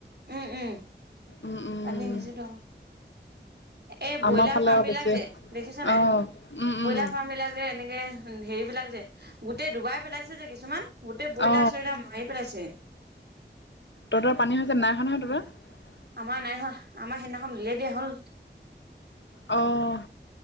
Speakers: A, on the right; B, on the left.
A: উম উম
B: উম উম
A: পানী হৈছেতো এই
B: আমাৰ
A: ব্ৰইলাৰ
B: ফালে
A: ফাৰ্ম
B: আৰু
A: বিলাক
B: বেছি
A: যে দেখিছ নাই
B: অ উম উম
A: ব্ৰইলাৰ ফাৰ্ম বিলাক যে এনেকে হেৰি বিলাক যে গোটেই ডুবাই পেলাইছে যে কিছুমান গোটেই ব্ৰইলাৰ
B: অ
A: চইলাৰ মাৰি পেলাইছে
B: ত'হতৰ পানী হৈছে নাই নাই হোৱা নহয় তহঁত
A: আমাৰ নাই হোৱা আমাৰ সেইদিনাখন উলিয়াই দিয়া হ'ল
B: অঁ